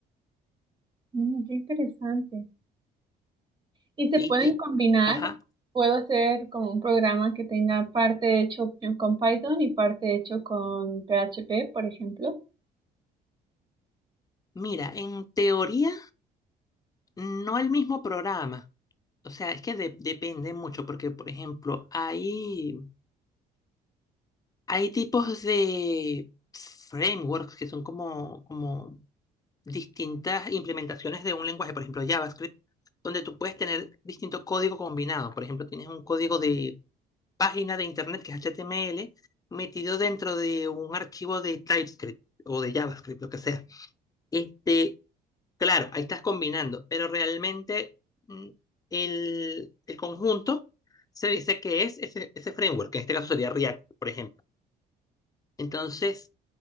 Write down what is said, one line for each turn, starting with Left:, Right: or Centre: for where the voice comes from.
Right: Mm, qué interesante. ¿Y se
Left: Y,
Right: pueden
Left: y,
Right: combinar?
Left: ajá,
Right: ¿Puedo hacer como un programa que tenga parte hecho con Python y parte hecho con PHP, por ejemplo?
Left: mira, en teoría no el mismo programa. O sea, es que de- depende mucho porque, por ejemplo, hay, hay tipos de frameworks que son como, como distintas implementaciones de un lenguaje, por ejemplo, JavaScript, donde tú puedes tener distinto código combinado. Por ejemplo, tienes un código de página de internet que es HTML metido dentro de un archivo de TypeScript o de JavaScript, lo que sea. Este, Claro, ahí estás combinando, pero realmente mm, el, el conjunto se dice que es ese, ese framework, que en este caso sería React, por ejemplo. Entonces,